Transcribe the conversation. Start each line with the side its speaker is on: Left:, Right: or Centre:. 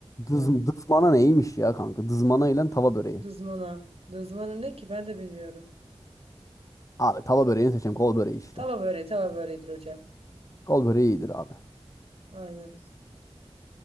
Left: Dız, dızmana neymiş ya kanka? Dızmana ile tava böreği.
Right: Dızmana. Dızmana ne ki ben de bilmiyorum.
Left: Abi tava böreğini seçeceğim. Kol böreği işte.
Right: Tava böreği tava böreğidir hocam.
Left: Kol böreği iyidir abi.
Right: Aynen.